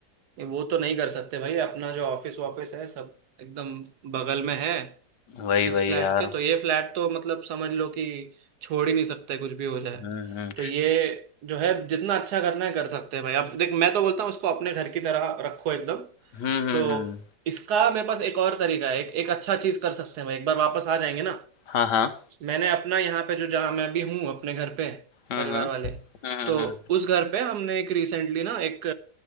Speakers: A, on the right; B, on the left.
A: वो तो नहीं कर सकते भाई अपना जो ऑफिस वॉफिस है सब एकदम बगल में है
B: वही वही
A: इस फ्लैट
B: यार
A: के तो ये फ्लैट तो मतलब समझ लो कि छोड़ ही नहीं सकते कुछ भी हो जाए
B: हम्म हम्म
A: तो ये जो है जितना अच्छा करना है कर सकते हैं भाई अब देख मैं तो बोलता हूँ उसको अपने घर की तरह रखो एकदम
B: हम्म हम्म
A: तो
B: हम्म,
A: इसका मेरे पास एक और तरीका है एक, एक अच्छा चीज कर सकते हैं भाई एक बार वापस आ जाएंगे ना
B: हाँ हाँ
A: मैंने अपना यहाँ पे जो जहाँ मैं अभी हूँ अपने घर पे
B: हम्म
A: परिवार
B: हम्म
A: वाले
B: हम्म हम्म
A: तो
B: हम्म।
A: उस घर पे हमने एक रिसेंटली ना एक